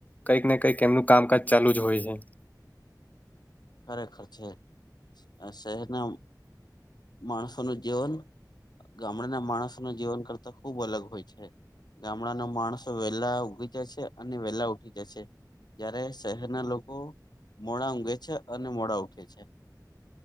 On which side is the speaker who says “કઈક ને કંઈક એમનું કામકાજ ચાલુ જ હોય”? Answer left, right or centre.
Left